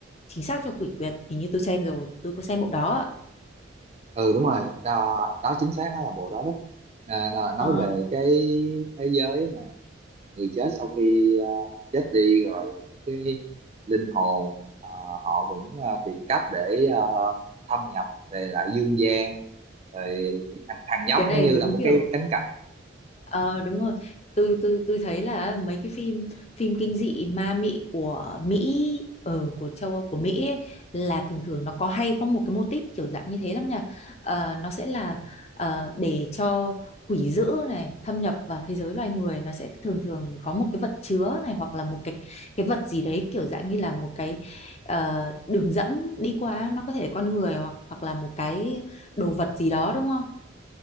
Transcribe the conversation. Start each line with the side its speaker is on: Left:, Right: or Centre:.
Left: Chính xác cho quỷ quyệt, hình như tôi xem rồi, tôi có xem bộ đó.
Right: ừ đúng rồi, đó, đó chính xác nó là bộ đó đó. À, nó- nói
Left: Ờ,
Right: về cái thế giới mà người chết sau khi à, chết đi rồi là những cái linh hồn à, họ vẫn à, tìm cách để à, thâm nhập về lại dương gian, rồi thằng, thằng nhóc
Left: cái này
Right: nó như
Left: đúng
Right: là một
Left: kiểu
Right: cái cánh cổng
Left: Ờ đúng rồi. Tôi tôi tôi thấy là mấy cái phim phim kinh dị ma mị của Mỹ ở của châu Âu của Mỹ ấy, là thường thường nó có hay có một cái mô típ kiểu dạng như thế lắm nha. Ờ, nó sẽ là ờ, để cho quỷ dữ này thâm nhập vào thế giới loài người nó sẽ thường thường có một cái vật chứa này hoặc là một cái cái vật gì đấy kiểu dạng như là một cái ờ, đường dẫn đi qua nó có thể con người hoặc hoặc là một cái đồ vật gì đó đúng không?